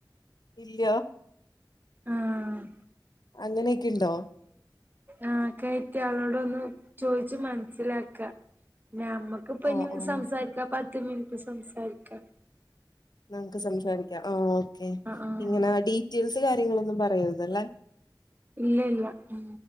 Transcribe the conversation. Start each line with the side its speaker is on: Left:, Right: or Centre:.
Left: ഇല്ല
Right: ആ ആ
Left: അങ്ങനെയൊക്കെ ഉണ്ടോ
Right: ആ കയറ്റിയ ആളോട് ഒന്ന് ചോയിച്ചു മനസ്സിലാക്ക ഞമ്മക്കിപ്പ
Left: ആഹ്
Right: ഇനി
Left: ആഹ്
Right: സംസാരിക്കാം പത്ത് മിനിറ്റ് സംസാരിക്കാം
Left: നമക്ക് സംസാരിക്കാം ആ ഓക്കെ
Right: ആഹ് ആഹ്
Left: ഇങ്ങനെ ഡീറ്റെൽസ് ൽസ് കാര്യങ്ങളൊന്നും പറയരുതല്ലേ
Right: ഇല്ല ഇല്ല ഉം